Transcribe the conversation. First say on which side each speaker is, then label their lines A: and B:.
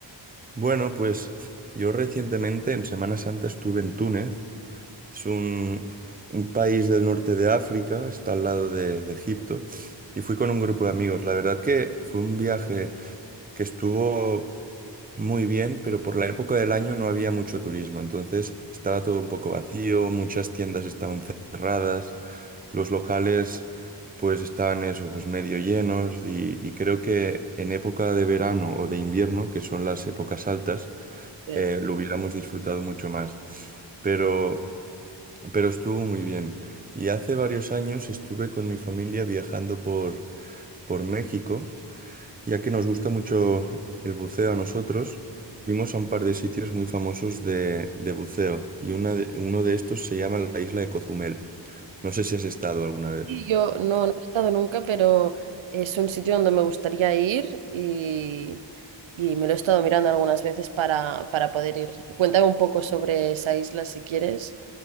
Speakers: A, on the right (about 20°); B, on the right (about 85°).
A: Bueno, pues yo recientemente en Semana Santa estuve en Túnez. Es un, un país del norte de África, está al lado de de Egipto, y fui con un grupo de amigos. La verdad que fue un viaje que estuvo muy bien, pero por la época del año no había mucho turismo, entonces estaba todo un poco vacío, muchas tiendas estaban cerradas, los locales pues estaban eso, pues medio llenos y, y creo que en época de verano o de invierno, que son las épocas altas,
B: Eh,
A: eh, lo hubiéramos disfrutado mucho más pero, pero estuvo muy bien. Y hace varios años estuve con mi familia viajando por, por México ya que nos gusta mucho el buceo a nosotros, fuimos a un par de sitios muy famosos de, de buceo y una de- uno de estos se llama la isla de Cozumel. No sé si has estado alguna vez.
B: sí, Yo no, no he estado nunca, pero es un sitio donde me gustaría ir y, y me lo he estado mirando algunas veces para, para poder ir. Cuéntame un poco sobre esa isla si quieres.